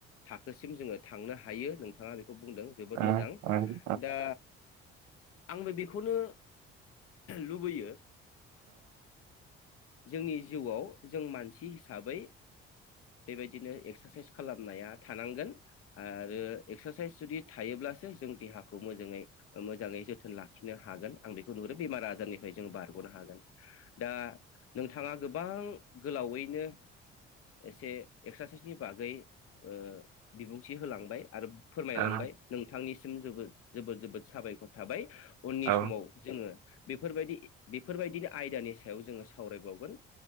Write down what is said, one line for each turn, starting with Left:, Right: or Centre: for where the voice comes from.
Left: थाखोसिम जो थांनो हायो नोंथां। खौ बुंदों जोबोद
Right: उम
Left: मोजां
Right: उम
Left: दा आंबो बि खौनो लुबैयो। जोंनि जिउआव जों मानसि हिसाबै। बेबायदिनो एक्सारसाइस खालामनाया थानांगोन आरो एक्सारसाइस जुदि थायोब्लासो जों देहाखौ। खौ मोजाङै मोजाङै जोथोन लाखिनो हागोन आं बेखौ नुहुरो बेमार आजारनिफ्राय जों बारग'नो हागोन। दा नोंथाङा गोबां गोलावैनो एसे एक्सारसाइसनि बागै ओ बिबुंथि होलांबाय आरो। फोरमायलांबाय
Right: उम
Left: नोंथांनिसिम जोबोद जोबोद जोबोद साबायखर थाबाय उननि
Right: औ
Left: समाव जोङो बेफोरबायदि बेफोरबायदिनो आयदानि सायाव जोङो सावरायबावगोन।